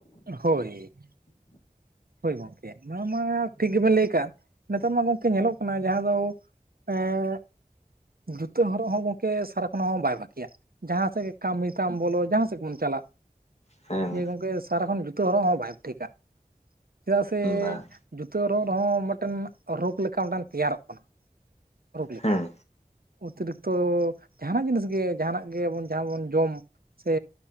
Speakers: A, on the right; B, on the left.
A: ᱦᱳᱭ᱾ ᱦᱳᱭ ᱜᱚᱝᱠᱮ, ᱚᱱᱟ ᱢᱟ ᱴᱷᱤᱠ ᱜᱮᱵᱮᱱ ᱞᱟᱹᱭ ᱟᱠᱟᱫ, ᱱᱤᱛᱟᱨ ᱢᱟ ᱜᱚᱝᱠᱮ ᱧᱮᱞᱚᱜ ᱠᱟᱱᱟ ᱡᱟᱦᱟᱸ ᱫᱚ ᱮᱸ ᱡᱩᱛᱟᱹ ᱦᱚᱨᱚᱜ ᱦᱚᱸ ᱜᱚᱝᱠᱮ ᱥᱟᱨᱟᱠᱷᱚᱱᱚᱜ ᱦᱚᱸ ᱵᱟᱭ ᱵᱷᱟᱜᱮᱭᱟ᱾ ᱡᱟᱦᱟᱸ ᱥᱮᱫ ᱜᱮ ᱠᱟᱹᱢᱤ ᱛᱟᱢ ᱵᱚᱞᱚ ᱡᱟᱦᱟᱸ ᱥᱮᱫ ᱜᱮᱵᱚᱱ ᱪᱟᱞᱟᱜ
B: ᱦᱮᱸ᱾
A: ᱦᱮᱸ ᱜᱚᱝᱠᱮ ᱥᱟᱨᱟ ᱠᱷᱚᱱ ᱡᱩᱛᱟᱹ ᱦᱚᱨᱚᱜ ᱦᱚᱸ ᱵᱟᱭ ᱴᱷᱤᱠᱟ᱾ ᱪᱮᱫᱟᱜ ᱥᱮ
B: ᱵᱟᱝ
A: ᱡᱩᱛᱟᱹ ᱦᱚᱨᱚᱜ ᱨᱮᱦᱚᱸ ᱢᱤᱫᱴᱮᱱ ᱨᱳᱜᱽ ᱞᱮᱠᱟ ᱢᱤᱫᱴᱟᱝ ᱛᱮᱭᱟᱨᱚᱜ ᱠᱟᱱᱟ᱾ ᱨᱳᱜᱽ ᱞᱮᱠᱟ
B: ᱦᱮᱸ
A: ᱚᱛᱤᱨᱤᱠᱛᱚ ᱡᱟᱦᱟᱱᱟᱜ ᱡᱤᱱᱤᱥ ᱜᱮ ᱡᱟᱦᱟᱱᱟᱜ ᱜᱮᱵᱚᱱ ᱡᱟᱦᱟᱸ ᱵᱚᱱ ᱡᱚᱢ᱾ ᱥᱮ